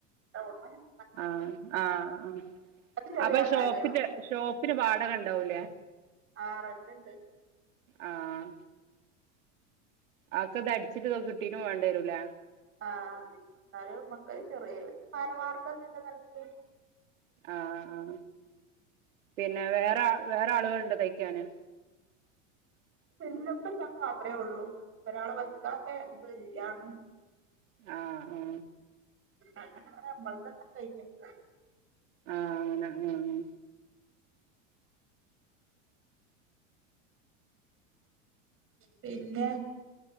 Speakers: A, on the right; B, on the right.
A: ടൗണി-
B: ആ ആ ആ
A: അത് ചെറിയ
B: അപ്പൊ
A: അങ്ങാടിയാണ്
B: ഷോപ്പിന്റെ ഷോപ്പിന് വാടകണ്ടാവൂലേ
A: ആ റന്റ് ഇണ്ട്
B: ഉ <unintelligible> ആഹ ആക്ക അത് അടിച്ചിട്ട്തൊ കിട്ടിട്ട് പോകേണ്ടിരൂലേ
A: ആ അ എന്നാലും മക്ക ചെറിയ മഗ ക്കല്ല നനക്ക്
B: ആഹ ആ പിന്നെ വേറെ വേറെ ആള്കള്ണ്ടോ തയ്ക്കാന്
A: ചെല്ലപ്പോ ഞാൻ മാത്രേ ഒള്ളൂ ഒരാളെ വെക്കാല്ലേ ത് ഇല്ലാണും
B: ആഹ് ആഹ്
A: അങ്ങനെ നമ്മൾത്തങ്ങനെ കഴിഞ് പോ
B: ആഹ് അങ്ങനെ ഉം ഉം
A: പിന്നെ